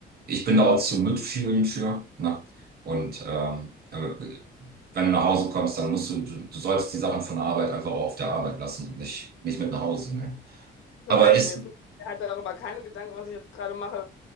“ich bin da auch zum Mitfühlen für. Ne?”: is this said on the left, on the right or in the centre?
Right